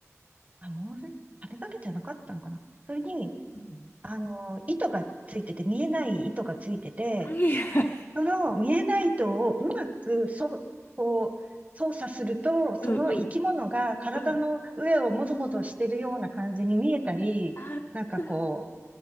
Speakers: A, on the right; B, on the left.
A: あ、モール、羽が出じゃなかったのかなそれに、
B: うん
A: あの、糸がついてて、見えない糸がついてて、
B: はいはい。
A: その見えない糸をうまく、そ、こう、操作すると、その生き物が体の上をもぞもぞしてるような感じに見えたり、
B: うんうん。うん。あった。
A: なんかこ